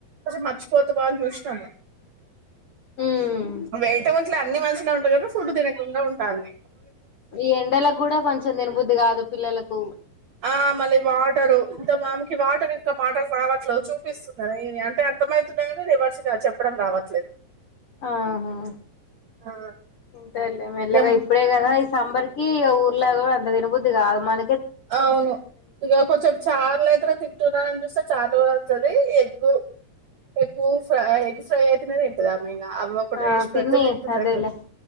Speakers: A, on the right (about 75°); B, on the left (about 85°).
A: అసలు మర్చిపోతావా అని చూసినాను
B: ఉమ్
A: వేటవుంచిలో అన్ని మంచి లా ఉంట కదా ఫుడ్ తినకుండా ఉండాలి
B: ఈ ఎండలకు కూడా కొంచెం దినబుద్ది కాదు పిల్లలకు
A: ఆ మళ్ళీ వాటరు అంత మామెకి వాటర్ ఇకా మాటలు రావట్లేదు చూపిస్తుంది అంటే అర్థమవుతున్నాయి కానీ రివర్స్ గా చెప్పడం రావట్లేదు
B: ఆహా
A: ఆ
B: తింటారులే మెల్లగా
A: ఎం
B: ఇప్పుడే కదా సంబరికి ఊర్ల కూడా అంత తినబుద్ది కాదు మన
A: అవును ఇగ కొంచెం చార్ల అయితేనే తింటున్నారని చూస్తే చార్లు కూడా వస్తది ఎగ్గు ఎగు ఫ ఎగ్ ఫ్రై అయితేనె తి ఇదాం అ ఒకటి
B: ఆ
A: వేసి పెడితే
B: తిని
A: తింటన్నా
B: అదేలే
A: కొ